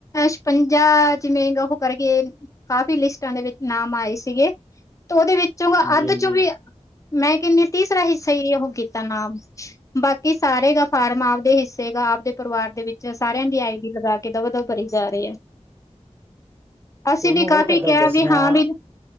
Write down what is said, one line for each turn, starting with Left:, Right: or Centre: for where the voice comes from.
Left: ਛਪੰਜਾ ਜਿਵੇਂ ਉਹ ਕਰਕੇ ਕਾਫੀ ਲਿਸਟਾਂ ਦੇ ਵਿੱਚ ਨਾਮ ਆਏ ਸੀਗੇ ਉਹਦੇ ਵਿੱਚੋਂ
Right: ਹਾਂਜੀ-ਹਾਂਜੀ
Left: ਅੱਧ ਚੋਂ ਵੀ ਮੈਂ ਕਹਿੰਨੀ ਹਾਂ ਤੀਸਰਾ ਹਿੱਸਾ ਹੀ ਉਹ ਕੀਤਾ ਨਾਮ ਬਾਕੀ ਸਾਰੇ ਦਾ ਫਾਰਮ ਆਪਦੇ ਹਿੱਸੇ ਗ ਆਪਦੇ ਪਰਿਵਾਰ ਦੇ ਵਿੱਚ ਸਾਰਿਆਂ ਦੀ ਆਈ ਡੀ ਲਗਾ ਕੇ ਦਬਾ ਦਬ ਭਰੀ ਜਾ ਰਹੀ ਹੈ। ਅਸੀਂ
Right: ਤੁਹਾਨੂੰ
Left: ਵੀ
Right: ਉਹ
Left: ਕਾਫੀ
Right: ਤਾਂ
Left: ਕਿਹਾ
Right: ਗੱਲ ਦੱਸਣਿਆ
Left: ਵੀ ਹਾਂ ਵੀ